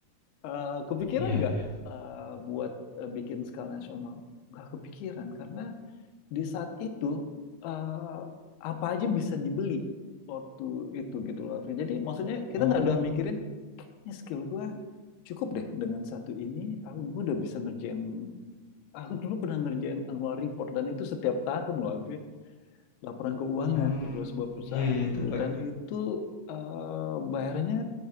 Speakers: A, on the left; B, on the left.
A: Eh kepikiran
B: Iya
A: nggak
B: iya.
A: eh, buat eh, bikin skala nasional nggak kepikiran karena di saat itu eh, apa aja bisa dibeli waktu itu gitu loh Harvey jadi maksudnya kita
B: Oh,
A: nggak udah mikirin kayaknya skill gue cukup deh dengan satu ini aku gue udah bisa ngerjain aku dulu pernah ngerjain annual report dan itu setiap tahun loh Harvey laporan keuangan
B: um,
A: gitu loh, sebuah perusahaan
B: iya, iya itu
A: gitu
B: udah,
A: dan itu eh, bayarnya